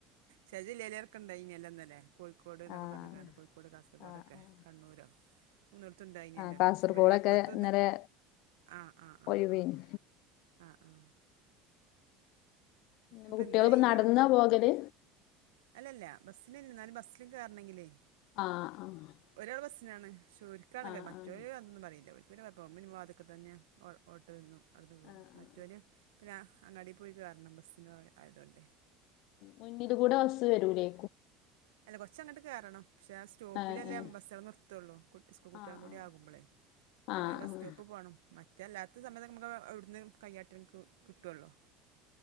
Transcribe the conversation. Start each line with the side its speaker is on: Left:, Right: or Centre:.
Right: ചെലജില്ലലേർക്കുണ്ടേയ്ന്യല്ലൊ ഇന്നലെ കോഴിക്കോ ക്കോട് ന്നക്ക
Left: ആഹ്
Right: പറഞ്ഞിങ്ങാണ്ട് കോഴിക്കോട് കാസർകോടൊക്കെ
Left: ആഹ് ആഹ്
Right: കണ്ണൂരോ മൂന്നടത്തുണ്ടായീന്യല്ലൊ
Left: ആഹ് കാസർഗോഡൊക്കെ
Right: ക്ഷെ മലപ്പുറത്തൂന്ത
Left: ഇന്നലെ
Right: ആ ആ ആ
Left: ഒഴിവേനി
Right: ആ ആ ആഹ്
Left: പിന്ന
Right: അപ്പം
Left: കുട്ടിയളിപ്പ
Right: ഇന്ന് വെയിലാണ്
Left: നടന്നാ പോകല്
Right: അല്ലല്ല ബസ്സിനന്നെ എന്നാലും ബസ്സില് കേറണങ്കില്
Left: ആഹ്
Right: ഒരാള് ബസ്സിനാണ് ക്ഷെ ഓരിക്കാണ്
Left: ആഹ്
Right: ഗമ മറ്റോരൊന്നും
Left: ആഹ് ആഹ്
Right: പറയില്ല ഒരിക്കിന്നെ കൊയപ്പം പോവുംമ്പ വാതിക്ക തന്നെയാ ഓട്ടോ എന്നും അവിട്ന്ന് കേറും
Left: ആഹ്
Right: മറ്റോന് പിന്നെ അങ്ങാടി പോയി കേറണം ബസ്സിന് ആയതോണ്ടേ
Left: മുന്നില് കൂട ബസ്സ് വെരൂലേ
Right: അല്ല കൊർച്ചങ്ങട്ട് കേറണം പക്ഷെ സ്റ്റോപ്പിലെല്ലേ
Left: ആഹ് ആഹ്
Right: ബസ്സേൾ നിർത്തയുള്ളൂ സ്കൂൾ കുട്ടികളും
Left: ആഹ്
Right: കൂടി ആകുമ്പോളേ
Left: ആഹ്
Right: അങ്ങനെ ബസ് സ്റ്റോപ്പ്
Left: ആഹ്
Right: പോണം മ അല്ലാത്ത സമയത്ത് നമുക്ക് അവിടുന്ന് കയ്യാട്ട നിക്ക് കിട്ടുവല്ലോ